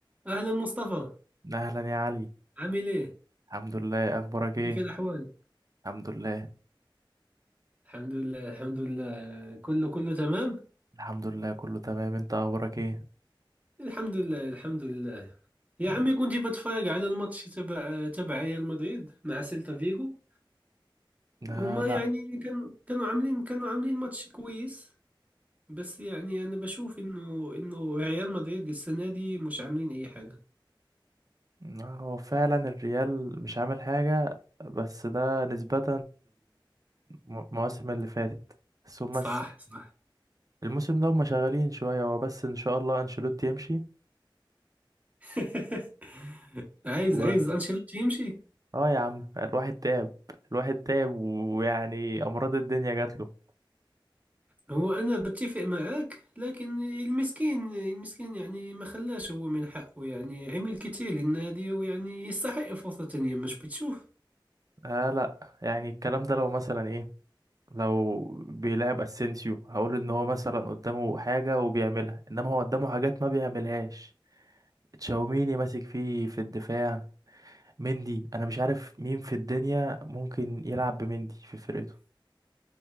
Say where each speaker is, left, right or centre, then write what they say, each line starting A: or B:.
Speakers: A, on the right (about 15°); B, on the right (about 45°).
A: أهلا مصطفى
B: اهلا يا علي
A: عامل إيه؟
B: الحمد لله اخبارك ايه
A: كيف الأحوال؟
B: الحمد لله
A: الحمد لله الحمد لله كله كله تمام؟
B: الحمد لله كله تمام انت اخبارك ايه
A: الحمد لله الحمد لله يا
B: تمام
A: عمي كنت بتفرج على الماتش تبع تبع ريال مدريد مع سيلتا فيجو
B: لا
A: هما
B: لا
A: يعني كان كانوا عاملين كانوا عاملين ماتش كويس بس يعني أنا بشوف إنه إنه ريال مدريد السنة دي مش عاملين أي حاجة
B: لا، هو فعلا الريال مش عامل حاجة بس ده نسبة للمواسم اللي فاتت بس هما
A: صح
B: الس-
A: صح
B: الموسم ده هما شغالين شوية هو بس ان شاء الله انشيلوتي يمشي
A: <laughs> عايز
B: و...
A: عايز أنشيلوتي يمشي
B: اه يا عم الواحد تعب الواحد تعب ويعني امراض الدنيا جات له
A: هو أنا بتفق معك لكن المسكين المسكين يعني ما خلاش هو من حقه يعني عمل كتير للنادي ويعني يستحق فرصة تانية مش بتشوف
B: آه لا يعني الكلام ده لو مثلا ايه لو بيلعب اسينسيو هقول ان هو مثلا قدامه حاجة وبيعملها انما هو قدامه حاجات ما بيعملهاش تشاوميني ماسك فيه في الدفاع مندي انا مش عارف مين في الدنيا ممكن يلعب بمندي في فرقته